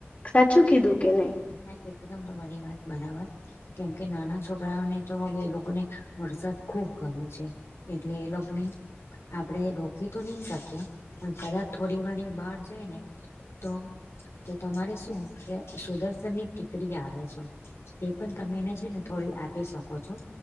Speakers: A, on the left; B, on the left.
A: સાચું કીધું કે નહીં?
B: હ એકદમ તમારી વાત બરાબર. કેમકે નાના છોકરાઓને તો હવે એ લોકોને વરસાદ ખુબ ગમે છે. એટલે એ લોકોને આપડે રોકી તો નહી શકીએ, પણ કદાચ થોડી વાર બહાર જાય ને. તો તો તમારે શું કે સુદર્શન ની ટીકરી આવે છે. તે પણ તમે એને છે ને થોડી આપી શકો છો.